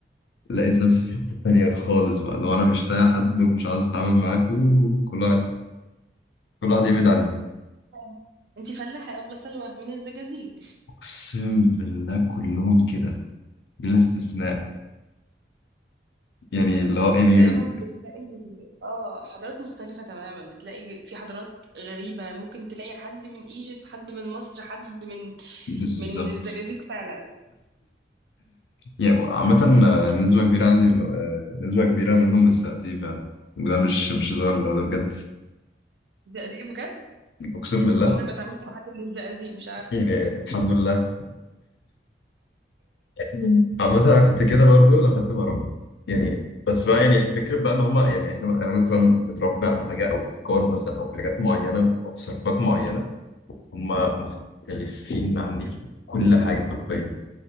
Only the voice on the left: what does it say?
لقيت نفسي في حتة تانية خالص بقى اللي هو انا مش طايق حد ومش عاوز اتعامل معاكوا كل واحد كل واحد يبعد عني
اقسم بالله كلهم كده بلا استثناء يعني اللي هو يعني
بالظبط
يعني عامة آه، نسبة كبيرة عندي من- آه، نسبة كبيرة منهم مستهزئين فعلا وده مش مش هزار لا ده بجد
أقسم بالله
يعني الحمد لله <laughs> مم. عامة أنا كنت كده برضو لحد ما رحت يعني بس بقى يعني فكرة بقى إن هما يعني إحنا أنا مثلا متربي على حاجة أو أفكار مثلا أو حاجات معينة أو تصرفات معينة هما مختلفين عني في كل حاجة حرفيا